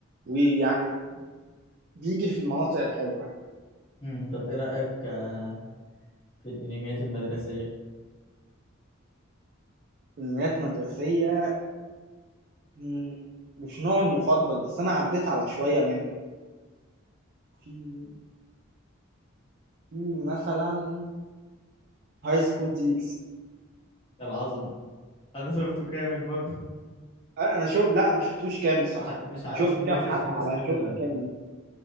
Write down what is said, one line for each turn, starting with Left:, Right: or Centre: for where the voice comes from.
Right: ويعني بيجي في المناطق الحلوة يعني
Left: مم. طب ايه رأيك آه، في الانميات المدرسية
Right: أنميات مدرسية مم، مش نوعي المفضل بس أنا عديت على شوية منه في في مثلا هاي سكول دي إكس،
Left: العظم انا شفته كامل برضو
Right: انا أنا شوف لا أنا ما شفتوش كامل
Left: <laughs>
Right: الصراحه
Left: مش ع- مش عارف
Right: شفت
Left: الجزء
Right: كام
Left: الخامس
Right: حلقه على
Left: نزل
Right: شوف
Left: ولا
Right: كام
Left: ايه